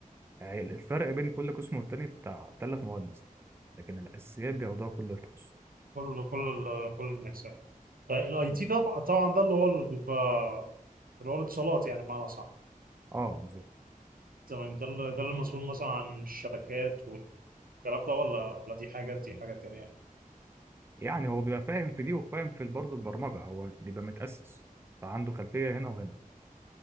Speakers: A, on the right (about 15°); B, on the right (about 80°).
A: الفرق بين كل قسم والتاني بتاع ثلاث مواد مثلا لكن الأساسيات بياخدوها كل التخصصات
B: كل كل ال- كل الناس يعني طيب الاي
A: م.
B: تي ده بقى- طبعا ده اللي هو اللي بيبقى اللي هو الاتصالات يعني بمعنى صح
A: اه بالظبط
B: تمام ده اللي ده اللي المسؤول مثلا عن الشبكات والكلام ده ولا ولا دي حاجه دي حاجه تانيه يعني
A: يعني هو بيبقى فاهم في دي وفاهم في برضه البرمجة هو بيبقى متأسس فعنده خلفية هنا وهنا